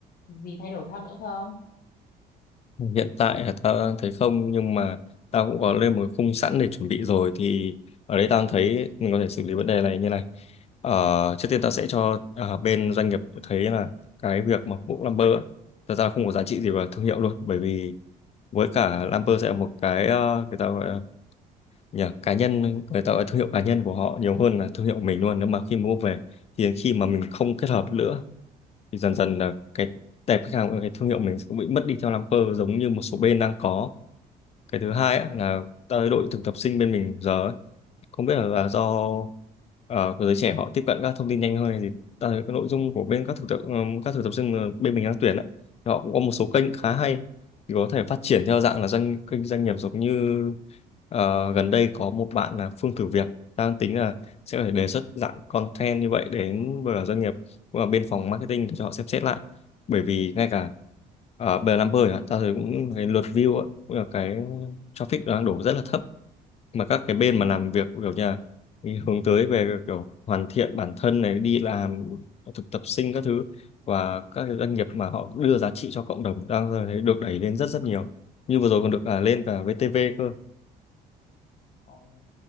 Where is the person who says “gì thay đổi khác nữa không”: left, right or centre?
Left